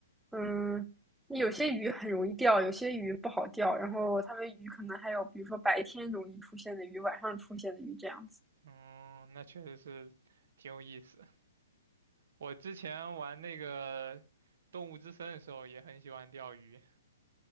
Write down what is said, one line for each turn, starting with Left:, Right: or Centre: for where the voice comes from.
Centre: 嗯，有些鱼很容易钓，有些鱼不好钓，然后它们鱼可能还有，比如说白天容易出现的鱼，晚上出现的鱼这样子。
Right: 嗯，那确实是挺有意思。我之前玩那个《动物之森》的时候也很喜欢钓鱼，